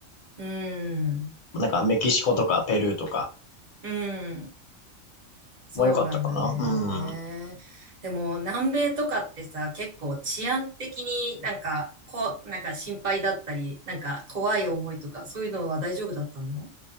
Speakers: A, on the right; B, on the left.
A: うん。
B: なんかメキシコとかペルーとか
A: うん。そうなんだね。
B: も良かったかな。
A: でも、南米とかってさ、結構治安的になんか、こう、なんか心配だったり、なんか怖い思いとか、そういうのは大丈夫だったの